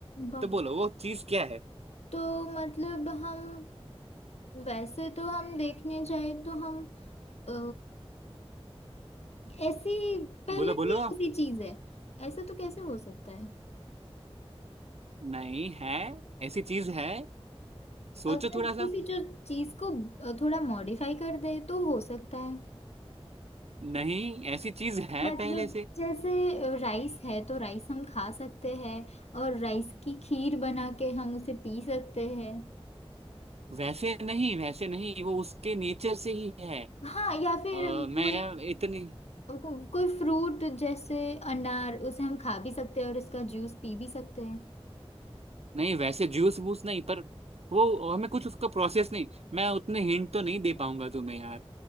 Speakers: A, on the left; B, on the right.
A: बाप
B: तो बोलो वो चीज क्या है
A: तो मतलब हम वैसे तो हम देखने जाए तो हम अ, ऐसी पहले
B: बोलो
A: से
B: बोलो
A: ही ऐसी चीज है ऐसा तो कैसे हो सकता है
B: नहीं है ऐसी चीज है सोचो
A: अगर
B: थोड़ा
A: किसी
B: सा
A: जो चीज को अ, थोड़ा मॉडिफाई कर दे तो हो सकता है
B: नहीं ऐसी चीज है
A: मतलब
B: पहले से
A: जैसे राइस है तो राइस हम खा सकते हैं और राइस की खीर बना के हम उसे पी सकते हैं
B: वैसे नहीं वैसे नहीं वो उसके नेचर से ही है
A: हाँ या फिर
B: अ, मैं
A: कोई
B: इतनी
A: को, कोई फ्रूट जैसे अनार उसे हम खा भी सकते हैं और इसका जूस पी भी सकते हैं
B: नहीं वैसे जूस वूस नहीं पर वो हमें कुछ उसका प्रोसेस नहीं मैं उतने हिंट तो नहीं दे पाऊंगा तुम्हें यार